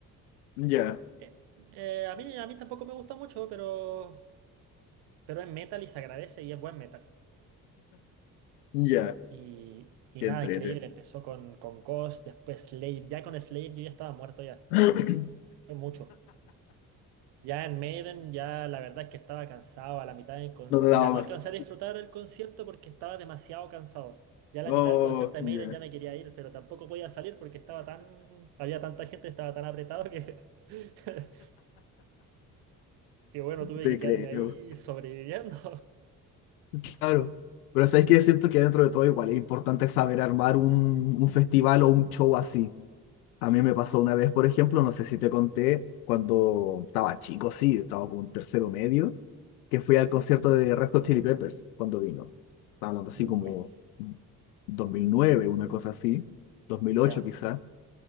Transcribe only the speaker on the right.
eh, eh, a mí, a mí tampoco me gusta mucho, pero, pero es metal y se agradece y es buen metal.
Y, y
nada,
increíble, empezó con, con Ghost, después Slade, ya con Slade yo ya estaba muerto ya,
fue mucho. Ya en Maiden, ya la verdad es que estaba cansado a la mitad del con-
Mira,
no
alcancé a disfrutar el concierto porque estaba demasiado cansado. Ya a la
mitad del concierto de
Maiden ya me quería ir, pero tampoco podía salir porque estaba tan... Había tanta gente, estaba tan apretado que... <laughs> que bueno, tuve
que quedarme
ahí sobreviviendo.
<laughs>
Uy,
ya.